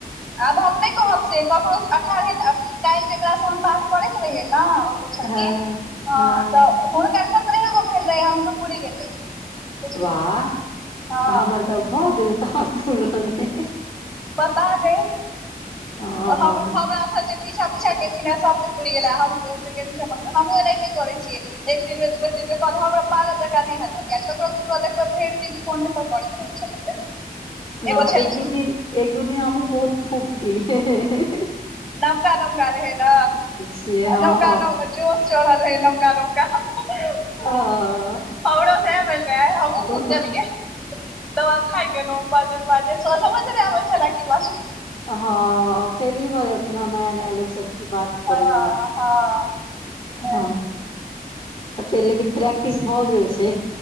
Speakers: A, in the centre; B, on the left.
A: आब हम नै कहब से, ककरो अठारहे टा कैइल जेकरा स हम बात करैत रहियै न ओ छथिन,
B: हँ
A: ह
B: हँ
A: तऽ हुनका सत्रहे गो भेल रहे ह हुनकर पूइर गेलै। बुझियौ
B: वाह
A: हँ
B: हमर तऽ भऽ गेलै कहा पुरले।
A: पता नै
B: हँ
A: हम - हमरा स जे पीछा - पीछा केलखिन हेँ सबके पुइर गेलै हम हमहु एनाहिते करै छियै। एक दिनमे दू बेर, तिन बेर क ले हम पागल जेका नै हेत केल, ककरो- ककरो देखबै भैर दिन फोने पर करैत रहै छथिन एतबी।
B: न
A: एगो छलखिन
B: एक दू दिन, एक दू दिन हमहुँ बहुत खूब केलिये।
A: नवका - नवका रहै न,
B: छियै हँ
A: नौका नौ जोश चढ़ल रहै नवका नौका। हमरो
B: हँ
A: सेहे भेल रेहे हमहू खूब
B: हँ
A: केलिए। त बाद थाय गेलऊ बाजैत - बाजैत सऽ समझे नै आबै छले की बाजू।
B: ह- ह फेर इ भऽ जाय छै न, नया - नया लोक स की बात
A: हँ
B: करू।
A: हँ सैह
B: ह तऽ फेर लेकिन प्रैक्टिस भऽ गेल छै।